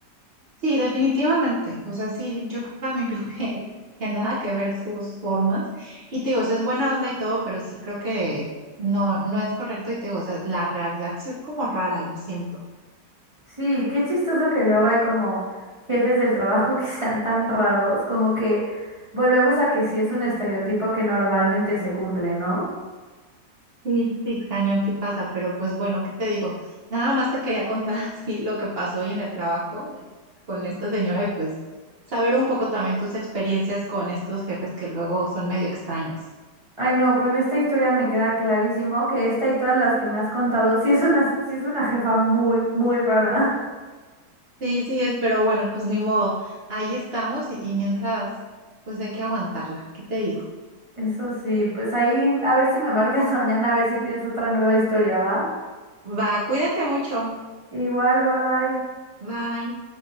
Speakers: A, on the right; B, on the right.
A: Sí, definitivamente. O sea, sí, yo creo- para mí <laughs> creo que, que nada que ver sus formas. Y te digo, o sea, es buena onda y todo, pero sí creo que no, no es correcto. Y te digo, o sea, la realidad sí es como rara, yo siento.
B: Sí, qué chistoso que luego hay como jefes del trabajo <laughs> que sean tan raros, como que volvemos a que sí es un estereotipo que normalmente se cumple, ¿no?
A: Sí, sí, cañón, sí pasa, pero pues bueno, ¿qué te digo? Nada más te quería contar <laughs> así lo que pasó hoy en el trabajo con esta señora y pues saber un poco también tus experiencias con estos jefes que luego son medio extraños.
B: Ay, no, con esta historia me queda clarísimo que esta y todas las que me has contado, sí es una, sí es una jefa muy, muy rara.
A: Sí, sí es, pero bueno, pues ni modo. Ahí estamos y, y mientras, pues hay que aguantarla. ¿Qué te digo?
B: <laughs> Eso sí, pues ahí a ver si me marcas <laughs> mañana, a ver si tienes otra nueva historia, ¿va?
A: Va, cuídate mucho.
B: Igual, bye bye.
A: Bye.